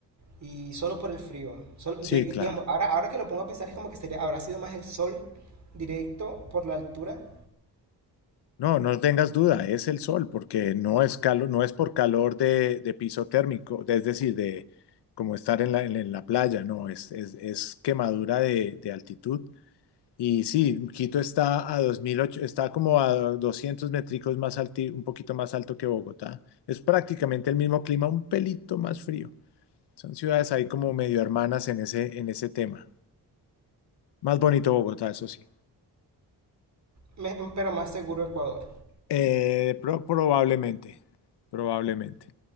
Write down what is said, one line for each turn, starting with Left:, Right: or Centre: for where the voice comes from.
Right: y solo por el frío. Sol-
Left: sí,
Right: de- digamos,
Left: claro.
Right: ahora, ahora que lo pongo a pensar es como que sería, habrá sido más el sol directo por la altura,
Left: No, no tengas duda, es el sol, porque no es calor, no es por calor de, de piso térmico, de- es decir, de como estar en la, en la playa, no, es, es, es quemadura de, de altitud Y sí, Quito está a 2008, está como a 200 métricos más alto, un poquito más alto que Bogotá. Es prácticamente el mismo clima, un pelito más frío. Son ciudades ahí como medio hermanas en ese, en ese tema. Más bonito Bogotá, eso sí.
Right: me- pero más seguro Ecuador.
Left: Eh, pro- probablemente, probablemente.